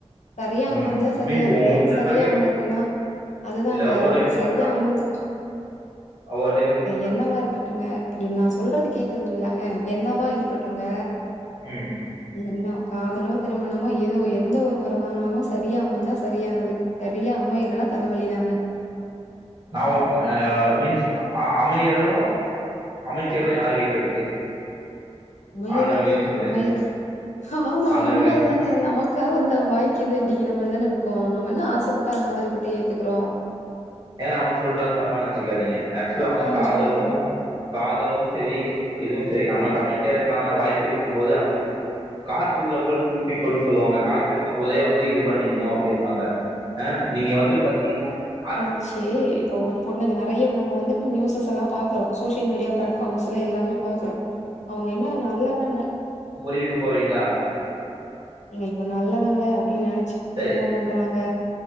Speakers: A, on the left; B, on the right.
A: செரியா
B: ம்.
A: அமஞ்சா செரியானது
B: மீன்ஸ் ஒவ்வொருத்தங்களுக்கு
A: செரியா அமையலேன்னா அதுதாங்க
B: இல்ல ஒவ்வொருத்தங்களுக்கு
A: செரியா அமைஞ்சுட்
B: ஒவ்வொர் <unintelligible>
A: என்னவா இருக்கட்டுங்க எ நா சொல்றது கேக்குது இல்லயாங்க என்னவா இருக்கட்டுங்க
B: உம்
A: என்ன காதலோ திருமணமோ எதோ எந்த ஒரு உறவானாலு செரியா அமஞ்சா செரியானது செரியா அமையில்லனா தலவலி தாங்க
B: நா ஒ ஆ ஆ ஆ மீன்ஸ் அ ஆ அமையறது அமைக்கிறது யாரு கைல இருக்கு
A: அமையறது
B: ஆண்டவன் கையிலன்னு சொல்லு.
A: அமையற ஆமா
B: ஆண்டவன்
A: உண்ம
B: கையில
A: அதுதானே நமக் கா வந்தா வாய்க்குது அப்டிங்கிற மாரிதானே இருக்கு நம்ம என்ன ஆசப்பட்டா அந்த மாரி <unintelligible> ஏத்துக்குறோ
B: எனா நா ஒன் சொல்ட்டான் தப்பா நெனச்சுக்காதீங்க ஆக்சுவலா வந்து
A: ஆ
B: காதலு
A: சொல்லுங்க
B: காதலு செரி இதுவு செரி நமக் அமைக்றதுக்கான வாய்ப்பு இருக்கு போது அமைச்சு காற்றுள்ள போல் தூட்டிக் கொள்னு சொல்லுவாங்க காத்து இருக்கும் போதே வந்து இது பண்ணிக்ணு அப்டிம்பாங்க மேம் நீங்க வந்து பாத்திங்கன்னா‌ க
A: ச்சே இப்ப ஒரு பொண்ணுங்க நெறைய நம்ம வந்துட்டு நியூசஸ்ல்லா பாக்குறோ சோசியல் மீடியா ஃப்ளாட்வாம் பம்ஸ்லா எல்லாமே பாக்குறோ அவங்க என்ன நல்ல தான்
B: பொரிவிக்க போவீங்ளா
A: இங்க இப்ப நல்லவங்க அப்டின்னு நெனைச்சிக்கிட்டு
B: சரி
A: என்ன பண்றாங்க